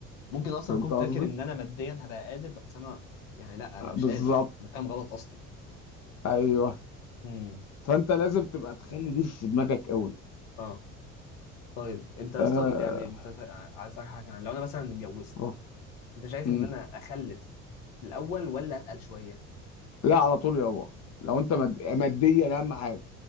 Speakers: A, on the left (about 70°); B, on the left (about 40°).
A: ممكن اصلا
B: فهمت
A: اكون فاكر
B: قصدي
A: ان انا ماديا هبقى قادر بس انا يعني لا انا
B: آه،
A: مش
B: بالظبط
A: قادر انا فاهم غلط اصلا
B: ايوه
A: امم
B: فانت لازم تبقى تخلي دي في دماغك قوي
A: اه طيب انت اصلا
B: آه.
A: يعني انت عايز اسالك حاجه يعني لو انا مثلا اتجوزت
B: آه.
A: انت شايف
B: مم.
A: ان انا اخلف في الاول ولا اتقل شويه
B: لا على طول يابا لو انت مد... ماديا اهم حاجه